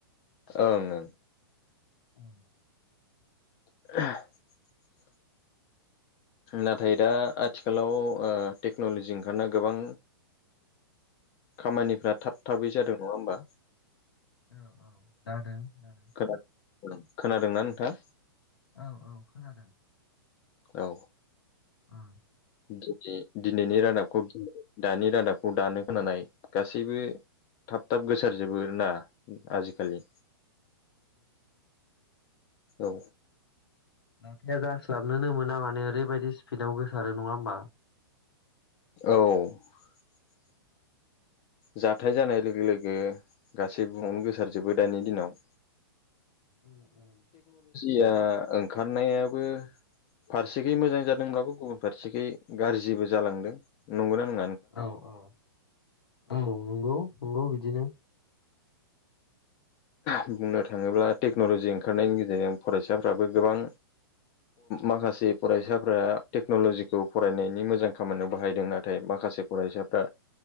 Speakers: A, on the left; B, on the left.
A: ओंं
B: औ
A: <inaudible> नाथाय दा आथिखालाव टेक्नलजि ओंखारना गोबां खामानिफ्रा थाब थाबै जादों नङा होमबा
B: औ औ जादों जादों
A: खोनादों खोनादोंना नोंथां
B: औ औ खोनादों
A: औ
B: <inaudible>
A: दि दिनैनि रादाबखौ गि दानि रादाबखौ दानो खोनानाय गासैबो थाब थाब गोसारजोबो आरो ना आजिखालि औ
B: दाथाया जास्लाबनोनो मोना माने ओरैबायाददि स्पिडआव गोसारो नङा होमबा
A: औ जाथाय जानाय लोगो लोगो गासै बुहुमावनो गोसारजोबो दानि दिनाव
B: उम उम
A: या ओंखारनायाबो फारसेखै मोजां जादोंब्लाबो गुबुन फारसेखै गाज्रिबो जालांदों नंगौना नंङा
B: औ औ औ नंगौ नंगौ बिदिनो
A: बुंनो थाङोब्ला टेक्न'लजि ओंखारनायनि गेजेरजों फरायसाफ्राबो गोबां माखासे फरायसाफोरा टेक्न'लजिखौ फरायनायनि मोजां खामानियाव बाहायदों नाथाय माखा माखासे फरायसाफ्रा